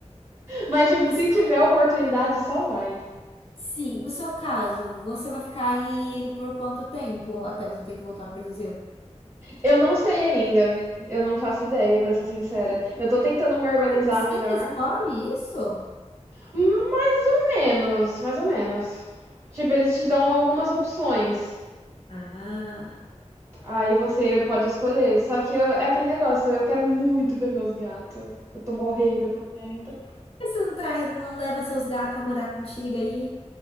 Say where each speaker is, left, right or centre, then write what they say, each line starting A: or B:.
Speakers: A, on the right; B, on the left.
A: Mas, tipo,
B: No
A: se
B: seu-
A: tiver oportunidade, só vai.
B: Sim, no seu caso, você vai ficar aí por quanto tempo até você ter que voltar pro Brasil?
A: Eu não sei ainda. Eu não faço ideia, pra ser sincera. Eu tô tentando me organizar
B: Ah, Você
A: melhor.
B: que escolhe isso?
A: Mais ou menos, mais ou menos. Tipo, eles te dão algumas opções.
B: Ah.
A: Aí você pode escolher. Só que eu- é aquele negócio, eu quero muito ver meus gatos. Eu tô morrendo por dentro.
B: Por que você não traz, não leva seus gatos a morar contigo aí?